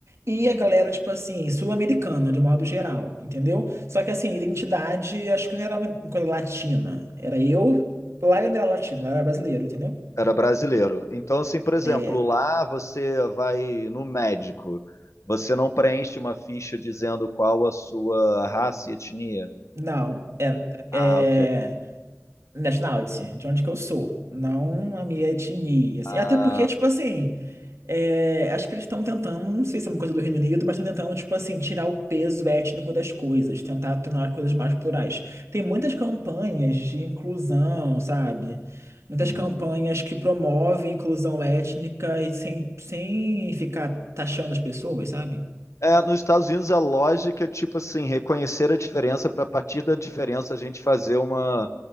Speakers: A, on the right (about 70°); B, on the left (about 80°).
A: E
B: Uhum.
A: a galera, tipo assim, sul-americana, de modo geral, entendeu? Só que, assim, identidade, acho que não era uma coisa latina. Era eu, lá eu não era latino, lá eu era brasileiro, entendeu?
B: Era brasileiro. Então, assim, por exemplo,
A: É,
B: lá você vai no médico, você não preenche uma ficha dizendo qual a sua raça e etnia.
A: não, é,
B: Ah,
A: é.
B: ok.
A: nationality, de onde que eu sou, não a minha etnia, assim.
B: Ah,
A: Até porque, tipo assim, é, acho que eles estão tentando, não sei se é uma coisa do Reino Unido, mas estão tentando, tipo assim, tirar o peso étnico das coisas, tentar tornar as coisas mais plurais. Tem muitas campanhas de inclusão, sabe? Muitas
B: Uhum.
A: campanhas que promovem inclusão étnica e sem, sem ficar taxando as pessoas, sabe?
B: É, nos Estados Unidos a lógica é tipo assim, reconhecer a diferença para a partir da diferença a gente fazer uma,